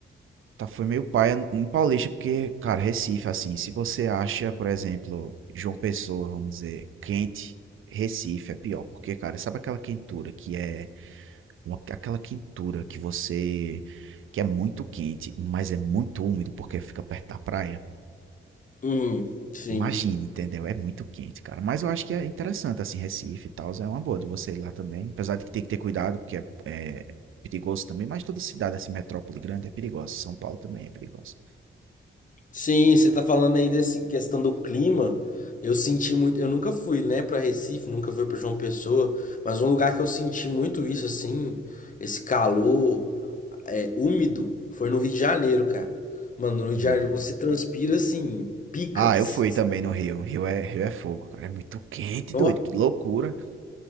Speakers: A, on the right; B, on the left.
A: Tá, foi meio paia em Paulista, porque, cara, Recife, assim, se você acha, por exemplo, João Pessoa, vamos dizer, quente, Recife é pior, porque, cara, sabe aquela quentura que é uma- aquela quentura que você, que é muito quente, mas é muito úmido porque fica perto da praia?
B: Uhum, sim.
A: Imagine, entendeu? É muito quente, cara. Mas eu acho que é interessante, assim, Recife e tal, é uma boa de você ir lá também, apesar de que tem que ter cuidado, porque é, é perigoso também, mas toda cidade, assim, metrópole grande é perigosa, São Paulo também é perigosa.
B: Sim, você tá falando aí dessa questão do clima. Eu senti muito. Eu nunca fui, né, pra Recife, nunca fui pra João Pessoa, mas um lugar que eu senti muito isso, assim, esse calor é, úmido, foi no Rio de Janeiro, cara. Mano, no Rio
A: Hum.
B: de Janeiro você transpira, assim, bicas.
A: Ah, eu fui
B: assim,
A: também no Rio. Rio é, Rio é fogo, cara. É muito quente,
B: ó.
A: doido. Que loucura.